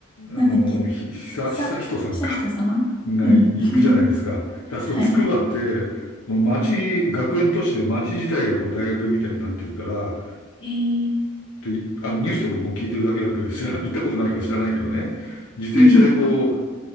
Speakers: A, on the left; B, on the left.
A: あの、
B: なんだっけ、
A: ひ、久、
B: ひさ、
A: 久人さんか、
B: ひさひと様うん。
A: が行くじゃないですか。
B: <laughs>
A: であそこ、
B: はい。
A: つくばって、もう町、学園都市で町自体がこう大学みたいになってるから、
B: えー、
A: で、あのニュースで僕も聞いてるだけだけど、知ら、行ったことないから知らないけどね、自転車でこう、
B: うん。